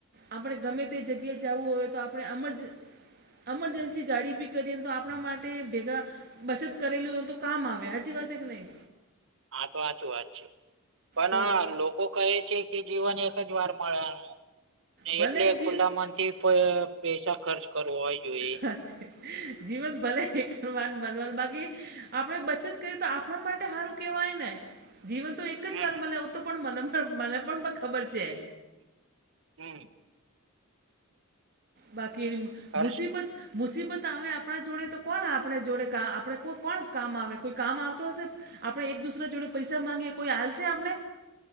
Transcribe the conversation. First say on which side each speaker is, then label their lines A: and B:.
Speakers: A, on the right; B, on the right.
A: આપણે ગમે તે જગ્યાએ જાવું હોય તો આપણે અમજ એમરજેન્સી ગાડી બી કરીયે ને તો આપણા માટે ભેગા બચત કરેલુ હોય તો કામ આવે હાચી વાત કે નહી.
B: હા તો હાચુ હાચી પણ
A: તો
B: આ લોકો કઈ. છે કે જીવન એક જ વાર મળવાનું એ
A: ભલે
B: એટલે
A: જી
B: ખુલ્લા મન થી પ પૈસા ખર્ચ કરવો હોયા જોઈએ.
A: હા છે જીવન ભલે એક માન મલવાનુ બાકી આપણેે બચત કરીએ તો આપણા માટે સારું કેવાય ને જીવન તો એક
B: હમ
A: જ વાર મલે આવુ તો પણ મને મને પણ ખબર છે.
B: હમ.
A: બાકી
B: ખર્ચ
A: મુસીબત મુસીબત આવે આપણા જોડે તો કોણ આપણે જોડે કા આપણે કો કોણ કામ આવે કોઈ કામ આવતો હશે. આપણે એક દુસરા જોડે પૈસા માંગીએ કોઈ હાલશે આપણે